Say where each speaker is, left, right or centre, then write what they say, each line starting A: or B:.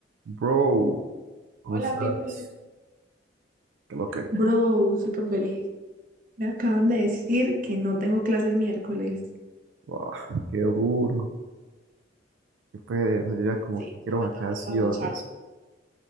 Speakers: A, on the right; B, on the right.
A: Bro, ¿cómo
B: Hola,
A: estás?
B: Pipe.
A: Qué lo que,
B: Bro, súper feliz. Me acaban de decir que no tengo clase el miércoles.
A: Buah, qué duro, qué pereza, yo ya como
B: Sí,
A: que quiero
B: no me
A: vacaciones.
B: tengo que trasnochar.